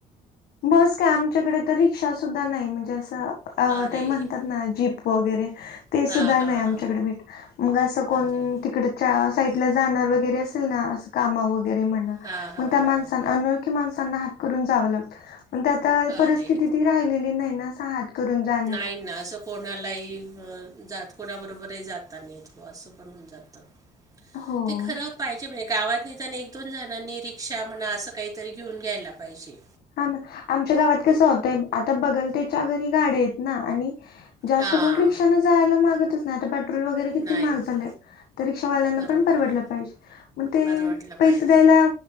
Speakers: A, on the left (about 70°); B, on the right (about 20°).
A: बस काय आमच्याकडे तर रिक्षा सुद्धा नाही. म्हणजे असं
B: अरे!
A: ते म्हणतात ना जीप वगैरे ते सुद्धा
B: हां,
A: नाही.
B: हां,
A: आमच्याकडे
B: हां.
A: भेट मग असं कोण
B: अरे!
A: तिकडे त्या साईडला जाणार वगैरे असेल ना. कामा वगैरे म्हना
B: हां, हां,
A: त्या माणसाला
B: हां.
A: अनोळ खी माणसाना हात करून जाव लागत. पण ते आता परिथिती
B: अरे!
A: ती राहिलेली नाही. करून जाण्यात
B: नाही ना असं. कोणालाही ह जात. कोणाबरोबरही जाता नाहीेत बुवा असं पण होऊन जातं.
A: हो
B: ते खरा पाहिजे म्हणजे गावात निदान एक दोन जणांनी रिक्षा म्हणा. असं काहीतरी घेऊन घ्यायला पाहिजे.
A: हा ना. आमच्या गावात कस होतंय. आता बघल त्याच्या घरी गाड्या आहेत ना. आणि जास्त
B: हां.
A: कोण रिक्षा न जायला मागतच आता पेट्रोल वगैरे किती
B: नाही.
A: महाग झालेय. तर रिक्षावाल्यांना
B: बरोबर
A: पण परवडलं
B: आहे.
A: पाहिजे. मग ते
B: परवडलं
A: पैसे
B: पाहिजे.
A: द्यायला